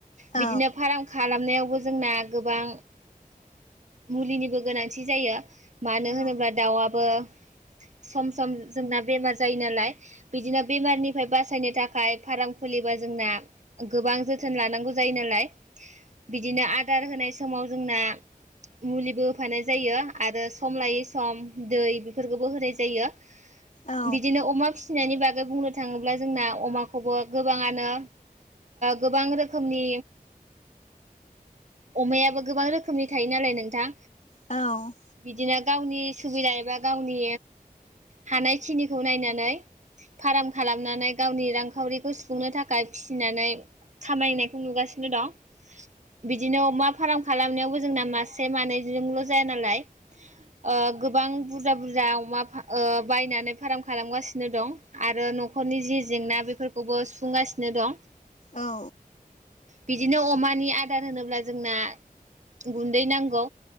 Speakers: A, on the left; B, on the right.
A: औ
B: बिदिनो फार्म खालामनायावबो जोंना गोबां मुलिनिबो गोनांथि जायो। मानो
A: औ
B: होनोब्ला दाउआबो सम सम जोंना बेमार जायो नालाय। बिदिनो बेमारनिफ्राय बासायनो थाखाय फार्म खुलिबा जोंना गोबां जोथोन लानांगौ जायो नालाय। बिदिनो आदार होनाय समाव जोंना मुलिबो होफानाय जायो आरो सम लायै सम दै बेफोरखौबो होनाय जायो।
A: औ
B: बिदिनो अमा फिसिनायनि बागै बुंनो थाङोब्ला जोंना अमाखौ खौबो गोबाङानो गोबां रोखोमनि अमायाबो गोबां रोखोमनि थायो नालाय नोंथां।
A: औ
B: बिदिनो गावनि सुबिदा एबा गावनि हानायखिनिखौ नायनानै फार्म खालामनानै गावनि रां खावरिखौ सुफुंनो थाखाय फिसिनानै खामायनायखौ नुगासिनो दं। बिदिनो अमा फार्म खालामनायावबो जोंना मासे मानैजोंल' जाया नालाय। ओ गोबां बुरजा बुरजा अमा ओ बायनानै फार्म खालामगासिनो दं आरो न'खरनि जि जेंना बेफोर खौबो सुफुंगासिनो दं
A: औ
B: बिदिनो अमानि आदार होनोब्ला जोंना गुन्दै नांगौ